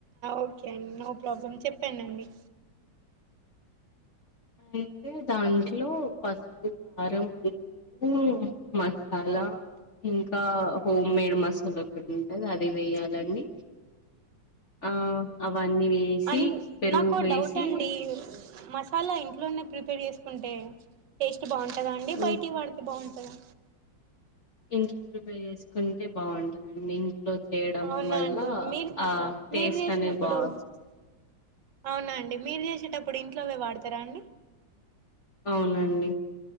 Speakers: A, on the right (about 70°); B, on the left (about 40°).
A: ఓకే అండి నో ప్రాబ్లమ్ చెప్పండి అండి
B: అయితే దాంట్లో పసుపు, కారం, ఉప్పు, మసాలా, ఇంకా హోమ్ మేడ్ మసాలా ఒకటి ఉంటది అది వెయ్యాలండి. ఆఁ అవన్నీ వేసి,
A: అన్
B: పెరుగు
A: నాకు
B: వేసి,
A: డౌట్ అండి మసాలా ఇంట్లోనే ప్రిపేర్ చేసుకుంటే టేస్ బాగుంటదా అండి,
B: హ్మ్.
A: బయటివీ వాడితే బాగుం టదా
B: ఇంట్లో ప్రిపేర్ చేసుకుంటే బాగుంటదండి ఇంట్లో చేయడం
A: అవునా
B: వల్ల
A: అండి మీరు
B: ఆ టేస్ట్
A: మీరు చేసినప్పుడు
B: అనేది బాగా వస్తది.
A: అవునా అండి మీరు చేసేటప్పుడు ఇంట్లోవే వాడతారా అండి?
B: అవునండి.